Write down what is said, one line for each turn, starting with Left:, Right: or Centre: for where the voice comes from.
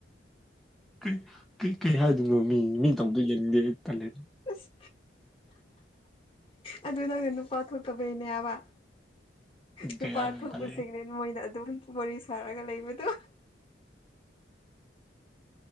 Centre: ꯀꯩ ꯀꯩꯀꯩ ꯍꯥꯏꯗꯣꯏꯅꯣ ꯃꯤ ꯃꯤ ꯇꯧꯗꯣ ꯌꯦꯡꯅꯤꯡꯗꯦ ꯇ ꯇꯥꯜꯂꯦ ꯫
Left: ꯑꯁꯥ ꯑꯗꯨ ꯅꯪꯅ ꯅꯨꯄꯥ ꯊꯣꯛꯇꯕꯩꯅꯦꯕ ꯅꯨꯄꯥ
Centre: ꯀꯩ ꯍꯥꯏꯗꯣꯏꯅꯣ
Left: ꯊꯣꯛꯄꯁꯤꯡꯅꯦ
Centre: ꯇꯜꯂꯦ
Left: ꯃꯣꯏꯗ ꯑꯗꯨꯝ ꯋꯥꯔꯤ ꯁꯥꯔꯒ ꯂꯩꯕꯗꯣ